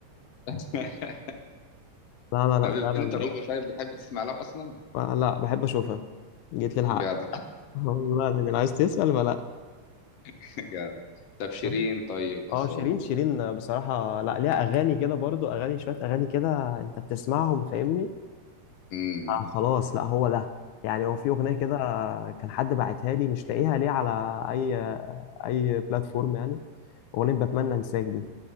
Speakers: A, on the left; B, on the left.
A: <laughs>
B: <laughs> لا لا لا
A: طب
B: فعلا
A: انت
B: والله.
A: روبي طيب بتحب تسمع لها اصلا
B: آه، لا بحب اشوفها جيت للحق
A: جدع
B: والله العظيم عايز تسال ولا
A: <laughs> جدع طب شيرين
B: لا
A: طيب أصالة
B: اه شيرين شيرين بصراحه لا ليها اغاني كده برضو اغاني شويه اغاني كده انت بتسمعهم فاهمني
A: امم
B: آه خلاص لا هو ده يعني هو في اغنيه كده كان حد باعتها لي مش لاقيها ليه على اي اي بلاتفورم يعني اغنيه بتمنى انساك دي